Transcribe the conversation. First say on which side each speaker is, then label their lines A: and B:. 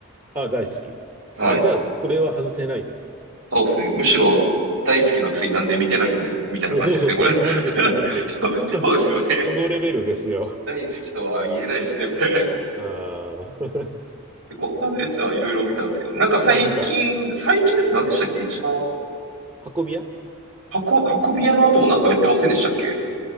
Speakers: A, on the right; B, on the right.
A: あ、大好き。
B: はい。
A: あ、じゃあ、これは外せないですね。
B: そうですね。むしろ大好きなくせになんで見てないね、みたいな感じですね、
A: おそうそうそう、
B: これ。
A: そのレベル、
B: <laughs>
A: そのレベル。
B: そう、
A: <laughs>
B: そうですよね。
A: そのレベルですよ。
B: 大好きとは言えないですね、これ。
A: あー
B: 結構他のやつはいろいろ見たんですけど、なんか最近、
A: <laughs> あ、見た。
B: 最近です。何でしたっけ一番、
A: 運び屋
B: 箱、運び屋の後もなんかやってませんでしたっけ